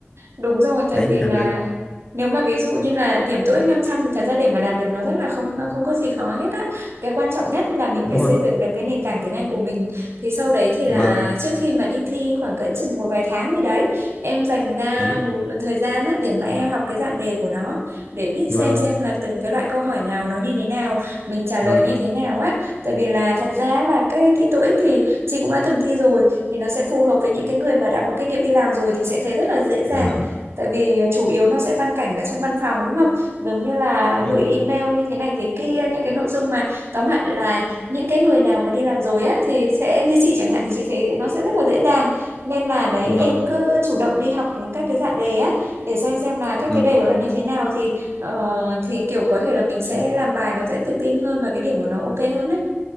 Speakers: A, on the right (about 85°); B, on the left (about 20°).
A: Đúng rồi, tại
B: đấy
A: vì là
B: thật ra
A: nếu mà ví dụ như là điểm tô ích 500 thì thật ra để mà đạt được nó rất là không không có gì khó hết á. Cái quan trọng nhất là mình
B: đúng
A: phải xây
B: rồi
A: dựng được cái nền tảng tiếng Anh của mình. Thì sau đấy thì
B: vâng
A: là trước khi mà đi thi khoảng cỡ chừng một vài tháng gì đấy, em dành ra
B: đấy
A: một thời gian á để mà em học cái dạng đề của nó để biết
B: vâng
A: xem xem là từng cái loại câu hỏi nào nó như thế nào, mình trả lời
B: vâng
A: như thế nào á. Tại vì là thật ra là cái thi TOEIC thì chị cũng đã từng thi rồi thì nó sẽ phù hợp với những cái người mà đã có kinh nghiệm đi làm rồi thì sẽ thấy rất là dễ dàng
B: Vâng,
A: tại vì ờ, chủ yếu nó sẽ văn cảnh ở trong văn phòng đúng không giống như là
B: vâng
A: gửi email như thế này thế kia những cái nội dung mà tóm lại là những cái người nào mà đi làm rồi á thì sẽ như chị chẳng hạn thì chị thấy nó sẽ rất là dễ dàng nên là đấy
B: vâng
A: em cứ chủ động đi học các cái dạng đề á để xem xem là các
B: vâng
A: cái đề của nó như thế nào thì ờ, thì kiểu có thể là mình sẽ làm bài nó sẽ tự tin hơn và cái điểm của nó ok hơn ấy.